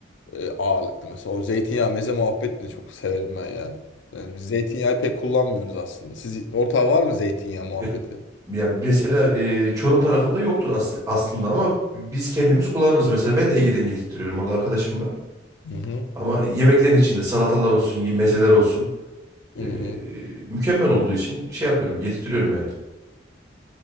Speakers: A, on the left; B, on the right.
A: e, ağırlıklı. Mesela o zeytinyağı meze muhabbetini de çok severim ben yani. Yani biz zeytinyağı pek kullanmıyoruz aslında. Siz ortağı var mı zeytinyağı muhabbeti?
B: Ya, yani mesela e, Çorum tarafında yoktur as- aslında ama biz kendimiz kullanırız. Mesela ben de Ege'den getirtiyorum. Orada arkadaşım var.
A: Hı hı.
B: Ama yemeklerin içinde salatalar olsun, ye- mezeler olsun
A: Hı
B: e,
A: hı.
B: mükemmel olduğu için şey yapıyorum, getirtiyorum yani.